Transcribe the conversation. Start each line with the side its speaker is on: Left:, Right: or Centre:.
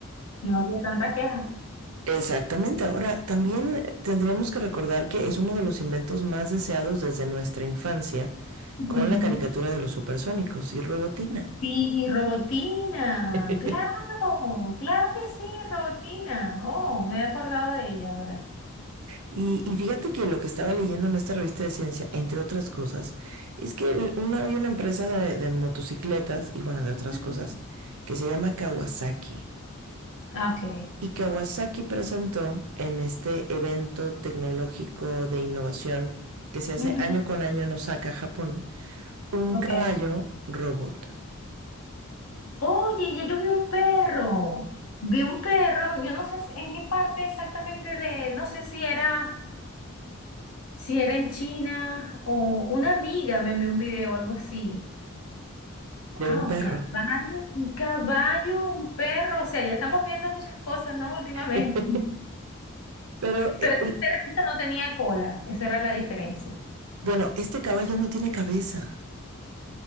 Left: No había tanta queja.
Right: Exactamente. Ahora, también tendríamos que recordar que es uno de los inventos más deseados desde nuestra infancia
Left: Ujú.
Right: con la caricatura de los supersónicos y Robotina.
Left: Sí, robotina,
Right: <laughs>
Left: claro, claro que sí, robotina. Oh, me he acordado de ella ahora.
Right: Y, y fíjate que lo que estaba leyendo en esta revista de ciencia, entre otras cosas, es que el- una, hay una empresa de, de motocicletas y bueno, de otras
Left: Ujú.
Right: cosas, que se llama Kawasaki.
Left: Ah, Ok.
Right: Y Kawasaki presentó en este evento tecnológico de innovación que se hace
Left: Ujú.
Right: año con año en Osaka, Japón, un
Left: Ok.
Right: caballo robot
Left: Oye, ya yo vi un perro. Vi un perro, yo no sé si- en qué parte exactamente de, no sé si era, si era en China o una amiga me envió un video o algo así. Wow,
Right: de un perro.
Left: caballo, un caballo, un perro. O sea, ya estamos viendo muchas cosas, ¿no? Últimamente.
Right: <laughs> Pero, eh,
Left: Pero el
Right: el-
Left: perrito no tenía cola. Esa era la diferencia.
Right: bueno, este caballo no tiene cabeza.